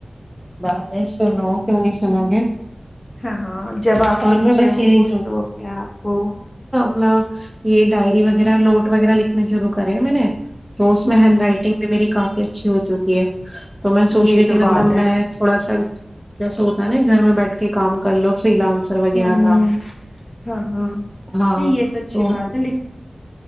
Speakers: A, in the centre; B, on the left.
A: ب سنو کیوں نہیں سنو گے
B: ہاں ہاں جب آپ
A: اور
B: لکھتے
A: میں بس
B: ہو
A: یہی
B: شوق ہے آپ کو
A: میں یہ ڈائری وغیرہ نوٹ وغیرہ لکھنا شروع کرے میں نے تو اس
B: ہوں
A: میں ہینڈ رائٹنگ بھی میری کافی اچھی ہو چکی ہے تو میں سوچ
B: یہ
A: رہی تھی
B: تو
A: مطلب
B: بات ہے
A: میں تھوڑا سا جسا ہوتا ہے گھر میں بیٹھ کے کام کر لو فری لانسر وغیرہ
B: ہوں
A: کا
B: ہاں ہاں
A: ہاں
B: نہیں یہ اچھی
A: تو
B: بات